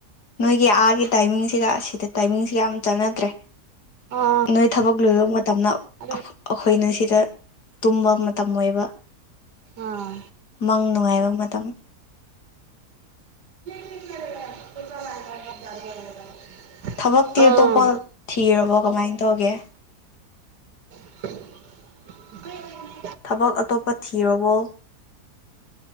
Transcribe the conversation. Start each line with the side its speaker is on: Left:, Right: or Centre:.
Left: ꯅꯣꯏꯒꯤ ꯑꯥꯒꯤ ꯇꯥꯏꯃꯤꯡꯁꯤꯒ ꯁꯤꯗ ꯇꯥꯏꯃꯤꯡꯁꯤꯒ ꯌꯥꯝ ꯆꯥꯟꯅꯗ꯭ꯔꯦ
Right: ꯑꯥ
Left: ꯅꯣꯏ ꯊꯥꯕꯛ <unintelligible> ꯇꯞꯅ ꯑꯩꯈꯣꯏꯅ
Right: ꯑꯗꯨ
Left: ꯁꯤꯗ ꯇꯨꯝꯕ ꯃꯇꯝ ꯃꯇꯝ ꯑꯣꯏꯕ
Right: ꯑꯥ
Left: ꯃꯪ ꯅꯨꯡꯉꯥꯏꯕ ꯃꯇꯝ
Right: <unintelligible>
Left: ꯊꯕꯛꯇꯤ
Right: ꯑꯥ
Left: ꯑꯇꯣꯞꯄ ꯊꯤꯔꯕꯣ ꯀꯃꯥꯏꯅ ꯇꯧꯒꯦ
Right: <unintelligible>
Left: ꯊꯕꯛ ꯑꯇꯣꯞꯄ ꯊꯤꯔꯕꯣ